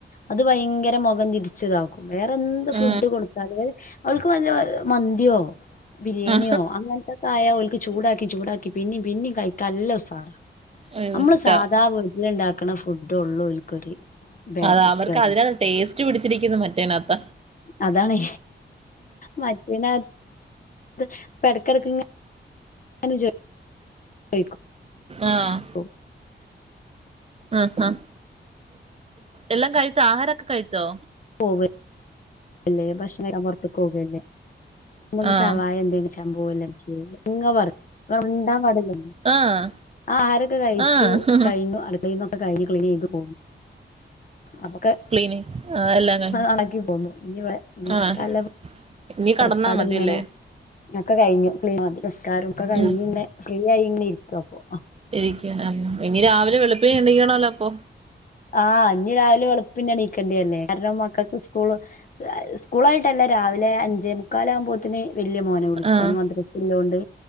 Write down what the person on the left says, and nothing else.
അത് ഭയങ്കര മുഖം തിരിച്ചതാക്കും വേറെ എന്ത്
ഫുഡ് കൊടു താൽ ഓൾക്ക് വല്ല മന്തിയോ ബിരിയാണിയോ
അങ്ങനെ ത്തെക്കായ ഒൽക്ക് ചൂടാക്കി ചൂടാക്കി പിന്നീ പിന്നി കഴിക്കാൻ നല്ല ഉസാറാ
നമ്മള്
സാധാ വീട്ടിൽ ഇണ്ടാക്കണ ഫുഡ ഉള്ളൂ ഓൽക്കൊരു ബേക്ക്ക്ക്
അതാണേ മറ്റേന ഇപ്പൊ ഇടക്കിടക്ക്ങ്ങ ങ്ങനെ ചൊ യ്‌ക്കും
ഓ
പോവല്ല ഭക്ഷണം കയ്ക്കാൻ പോർത്ക്ക് പോവല്ലേ നമ്മക്
ഷവായ എന്തെങ്കിലും പോവല്ലെ ഇമചെ, ഇങ്ങ പറിം മുണ്ടാൻ പാടില്ല
ആ ആഹാരൊക്കെ കഴിച്ചു
കഴിഞ്ഞു അടുക്കളയിന്നൊക്കെ കഴിഞ്ഞു ക്ലീൻ ചെയ്തു പോന്നു അപ്പൊ
നടക്കി പോന്നു ഇനിവിടെ നിടക്കല്ല
<inaudible>
പുറപ്പാട്
ഇങ്ങനെ ഒക്കെ കഴിഞ്ഞു ക്‌ളീൻ നിസ്കാരം ഒക്കെ കഴിഞ്ഞെ
ഫ്രീ ആയിങ്ങനെ ഇരിക്കാ അപ്പൊ
ആഹ് അഞ്ഞ് രാവിലെ വെളുപ്പിനെ നീക്കണ്ടില്ലേ കാരണം മക്കൾക്ക് സ്കൂള് സ്കൂള ആയിട്ടല്ല രാവിലെ അഞ്ചേ മുക്കാല ആകുമ്പോ ത്തിന് വലിയ മോനെ വിളിക്ക
മദ്രസല്ലൊണ്ട്